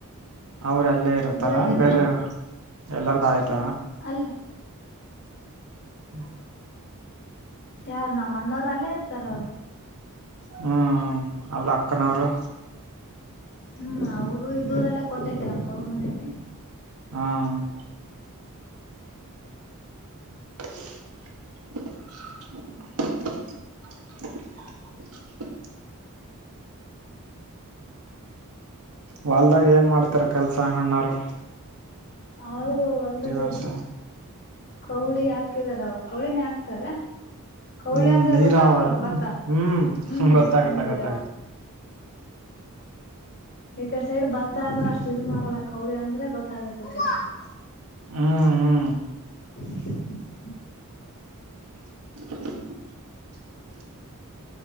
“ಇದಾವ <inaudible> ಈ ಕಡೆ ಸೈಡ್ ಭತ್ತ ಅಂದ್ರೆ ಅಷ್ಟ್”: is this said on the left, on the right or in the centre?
Left